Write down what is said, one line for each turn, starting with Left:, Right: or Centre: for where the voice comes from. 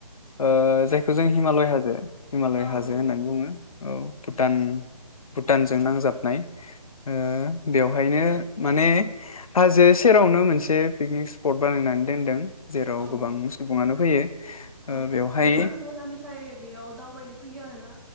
Left: ओ जायखौ जों हिमालय हाजो हिमालय
Centre: औ
Left: हाजो
Centre: नंगौ
Left: होननानै बुङो। औ भुटान भुटानजों नांजाबनाय ओ बेवहायनो माने हाजो सेरावनो मोनसे पिकनिक स्पट बानायनानै दोनदों। जेराव
Centre: औ
Left: गोबां सुबङानो फैयो ओ
Centre: औ
Left: बेवहाय
Centre: गोबां जायगानिफ्राय बेयाव दावबायनो फैयो आरोना